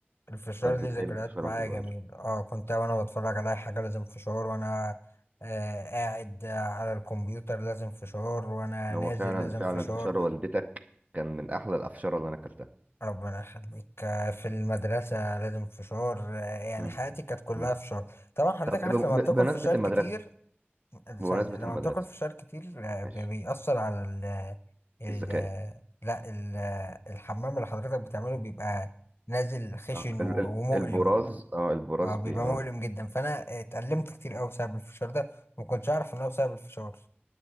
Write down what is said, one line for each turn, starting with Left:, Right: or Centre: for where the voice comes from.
Left: الفشار
Right: كنت
Left: ليه
Right: تحب
Left: ذكريات
Right: الفشار
Left: معايا
Right: وانت صغير
Left: جميل اه كنت وانا بتفرج على أي حاجه لازم فشار وانا آه قاعد على الكمبيوتر لازم فشار وانا
Right: هو
Left: نازل
Right: فعلا
Left: لازم
Right: فعلا
Left: فشار
Right: فشار والدتك كان من احلى الافشاره اللي انا اكلتها
Left: ربنا يخليك آه، في المدرسه لازم فشار آه يعني
Right: مم.
Left: حياتي كانت كلها
Right: مم.
Left: فشار طبعا حضرتك
Right: طب ب-
Left: عارف لما
Right: ب-
Left: بتاكل
Right: بمناسبه
Left: فشار
Right: المدرسه
Left: كتير ثانية
Right: بمناسبه
Left: لما
Right: المدرسه
Left: بتاكل فشار كتير آه، بي-
Right: ماشي
Left: بيأثر على ال ال
Right: الذكاء
Left: لا ال الحمام اللي حضرتك بتعمله بيبقى نازل خشن
Right: اه
Left: و-
Right: ال- ال-
Left: ومؤلم
Right: البراز اه البراز
Left: آه،
Right: بي
Left: بيبقى
Right: اه
Left: مؤلم جدا فأنا اتألمت كتير أوي بسبب الفشار ده ما كنتش أعرف إن هو بسبب الفشار